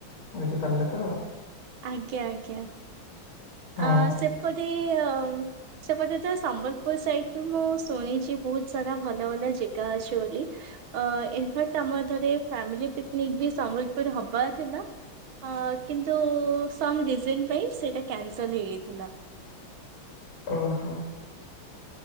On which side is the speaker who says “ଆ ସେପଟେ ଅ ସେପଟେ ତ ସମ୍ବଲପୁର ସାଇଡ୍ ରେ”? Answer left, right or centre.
Right